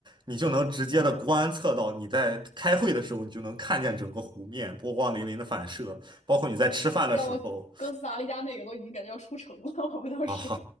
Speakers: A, on the right; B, on the left.
A: 你就能直接的观测到你在开会的时候，
B: 哎呦喂
A: 你就能看见整个湖面波光粼粼的反射，包括你在吃饭的时候
B: 让我哥斯达黎加那个都已经感觉要出城了，我们当时
A: 啊，
B: <laughs>